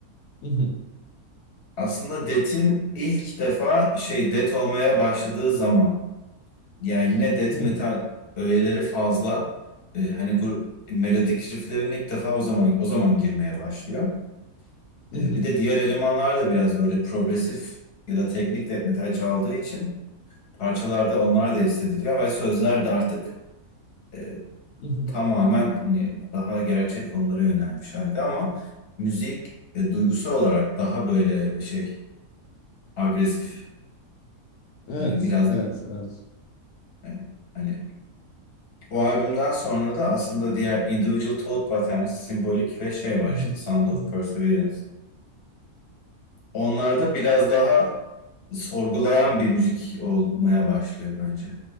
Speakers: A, on the left; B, on the left.
A: mhm,
B: Aslında Death'in ilk defa şey Death olmaya başladığı zaman yani yine Death
A: hmm,
B: metal öğeleri fazla. E, hani grup melodik rifflerin ilk defa o zaman o zaman girmeye başlıyor.
A: mhm,
B: E, bir de diğer elemanlar da biraz böyle progresif ya da teknik Death metal çaldığı için parçalarda onlar da hissediliyor ve sözler de artık e,
A: mhm.
B: tamamen hani daha gerçek konulara yönelmiş halde ama müzik e, duygusal olarak daha böyle şey agresif.
A: Evet.
B: Hani biraz
A: Evet. Evet.
B: e, hani o albümden sonra da aslında diğer Individual Thought Patterns, simbolik ve şey var
A: <laughs> Mhm,
B: işte Sound of
A: mhm.
B: Perseverance. Onlarda biraz daha sorgulayan bir müzik olmaya başlıyor bence.